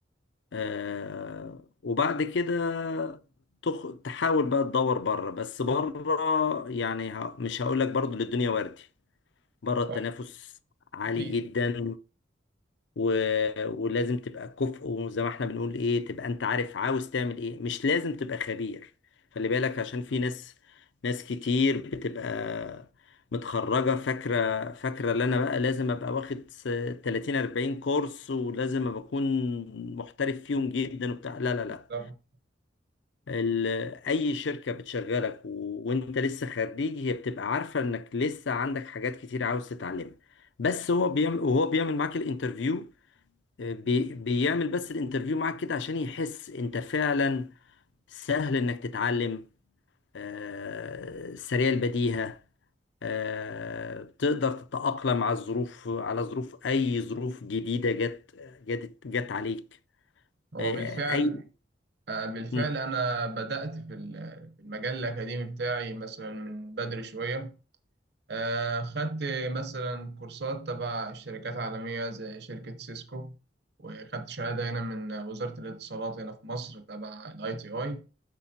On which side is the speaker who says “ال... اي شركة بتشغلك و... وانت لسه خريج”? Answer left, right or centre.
Left